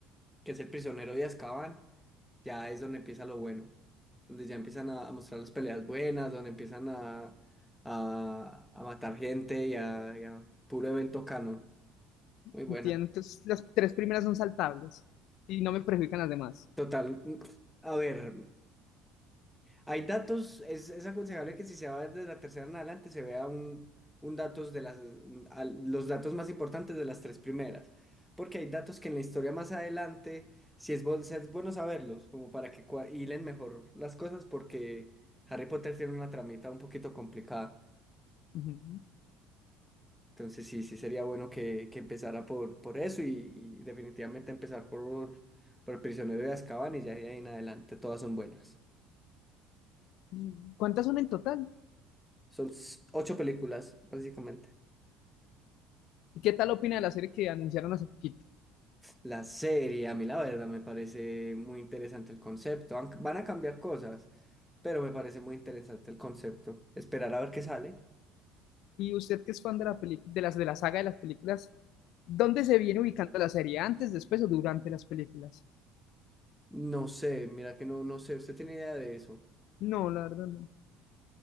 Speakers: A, in the centre; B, on the left (about 65°).
A: que es El prisionero de Azkaban, ya es donde empieza lo bueno, donde ya empiezan a, a mostrar las peleas buenas, donde empiezan a, a, a matar gente y a, y a puro evento canon. Muy buena.
B: Entiendo, entonces las tres primeras son saltables y no me perjudican las demás.
A: Total, mm, a ver, hay datos, es, es aconsejable que si se va desde la tercera en adelante se vea un, un datos de las, un- al- los datos más importantes de las tres primeras, porque hay datos que en la historia más adelante, si es, bu- si es bueno saberlos, como para que cua- hilen mejor las cosas, porque Harry Potter tiene una tramita un poquito complicada,
B: Ujú.
A: entonces sí, sí sería bueno que, que empezara por, por eso y, y definitivamente empezar por, por el prisionero de Azkaban y ya de ahí en adelante todas son buenas.
B: ¿Y ¿Cuántas son en total?
A: Son s- ocho películas, básicamente.
B: ¿Y qué tal opina de la serie que anunciaron hace poquito?
A: La serie, a mí la verdad, me parece muy interesante el concepto. Aunque Van a cambiar cosas, pero me parece muy interesante el concepto. Esperar a ver qué sale.
B: Y usted que es fan de la peli- de las de la saga de las películas, ¿dónde se viene ubicando la serie? ¿Antes, después o durante las películas?
A: No sé, mira que no, no sé, ¿usted tiene idea de eso?
B: No, la verdad no.